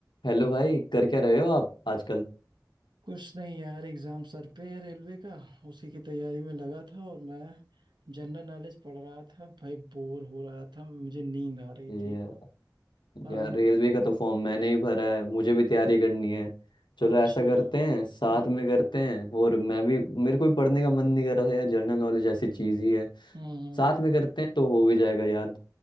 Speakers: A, on the left; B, on the right.
A: Hello भाई कर क्या रहे हो आप आजकल
B: कुछ नहीं यार एग्जाम सर पे है रेलवे का उसी की तैयारी में लगा था और मैं जनरल नॉलेज पढ़ रहा था भाई बोर हो रहा था मुझे नींद आ रही
A: ये
B: थी हाँ
A: यार रेलवे का तो फॉर्म मैंने ही भरा है मुझे भी तैयारी करनी है चलो
B: अच्छा
A: ऐसा करते हैं साथ
B: हाँ
A: में करते हैं और मैं भी मेरे को भी पढ़ने का मन नहीं कर रहा था यार जनरल नॉलेज ऐसी चीज ही है
B: हम्म
A: साथ में करते हैं तो हो भी जाएगा याद